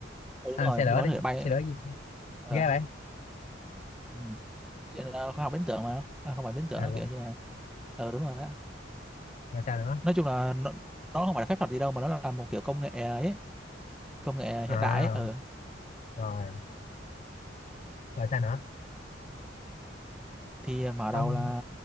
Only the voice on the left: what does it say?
À,
xe lửa
đi,
xe lửa gì?
ghê vậy?
À,
rồi,
rồi sao nữa?
À,
rồi, rồi sao nữa?
Ông